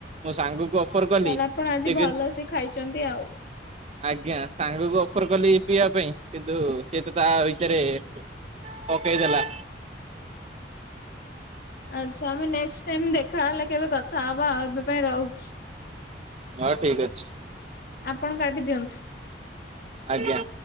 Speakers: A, on the right; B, on the left.
A: ମୋ ସାଙ୍ଗକୁ ଅଫର କଲି
B: ତାହେଲେ ଆପଣ ଆଜି
A: ସେ
B: ଭଲସେ
A: କିନ୍ତୁ
B: ଖାଇଚନ୍ତି ଆଉ।
A: ଆଜ୍ଞା ସାଙ୍ଗକୁ ଅଫର କଲି ପିଇବା ପାଇଁ କିନ୍ତୁ ସିଏ ତ ତା ଭିତରେ ପକେଇ ଦେଲା।
B: ଆଚ୍ଛା ଆମେ ନେକ୍ସଟ୍ ଟାଇମ୍ ଦେଖାହଲେ କେବେ କଥା ହବା ଏବେ ପାଇଁ ରହୁଚି।
A: ହଁ ଠିକ୍ ଅଛି।
B: ଆପଣ କାଟିି ଦିଅନ୍ତୁ।
A: ଆଜ୍ଞା।